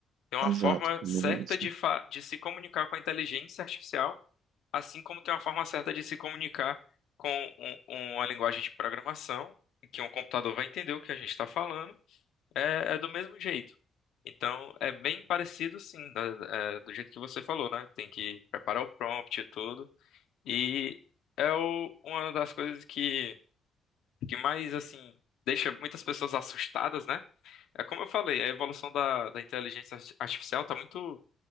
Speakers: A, on the left (about 75°); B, on the right (about 75°).
A: Tem uma
B: Exato,
A: forma
B: combina
A: certa
B: isso.
A: de, fa de se comunicar com a inteligência artificial, assim como tem uma forma certa de se comunicar com um- uma linguagem de programação, em que um computador vai entender o que a gente está falando é, é do mesmo jeito. Então, é bem parecido, sim, da- é, do jeito que você falou, né? Tem que preparar o prompt e tudo. E é o- uma das coisas que, que mais, assim, deixa muitas pessoas assustadas, né? É como eu falei, a evolução da, da inteligência arti- artificial tá muito,